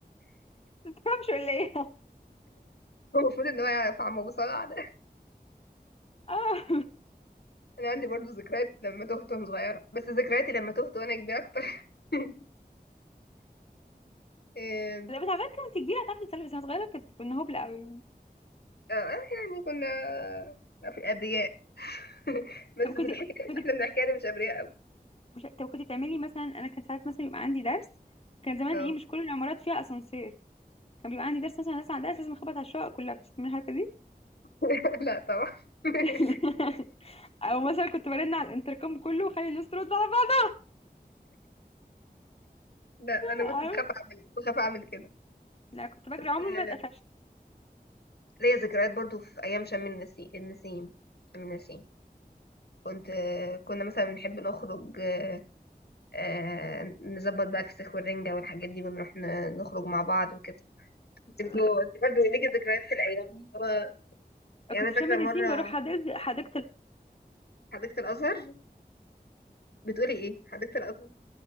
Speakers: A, on the left (about 35°); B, on the left (about 85°).
A: تفهمش ولا ايه
B: هو المفروض ان هو يعرف عم ابو صلاح ده
A: اه
B: انا عندي برضو ذكريات لما تهت وانا صغيره بس ذكرياتي لما تهت وانا كبيره اكتر <laughs> آه،
A: <laughs> لا بس على فكره كنت كبيره هتعرفي تتصرفي بس انا صغيره كنت كنا هبله قوي
B: آه، يعني كنا في أبرياء <laughs> بس
A: طب
B: بالحكاية
A: كنت
B: اللي
A: كنت
B: احنا بنحكيها دي مش أبرياء أوي
A: مش- طب كنت بتعملي مثلا انا كان ساعات مثلا يبقى عندي درس كان زمان
B: اه
A: ايه مش كل العمارات فيها اسانسير كان بيبقى عندي درس مثلا نازله على درس لازم اخبط على الشقق كلها بتسمعي الحركه دي
B: <laughs> لا طبعا <laughs>
A: <laughs> او مثلا كنت برن على الانتركم كله وخلي الناس ترد على بعض
B: لا أنا
A: عارف؟
B: كنت بخاف أعمل بخاف أعمل كده
A: لا كنت بجري
B: بس
A: عمري
B: آه،
A: ما اتقفشت
B: ليا ذكريات برضو في أيام شم النسيم النسيم شم النسيم كنت آه، كنا مثلا نحب نخرج آه، آه، نظبط بقى الفسيخ والرنجة والحاجات دي ونروح ن- نخرج مع بعض وكده
A: كنت
B: انتوا انت برضه ليكي ذكريات في الأيام دي أنا- يعني
A: في
B: أنا
A: شم
B: فاكرة
A: النسيم
B: مرة
A: بروح حديقة حديقة الأزهر
B: حديقة الأزهر بتقولي ايه حديقة الازهر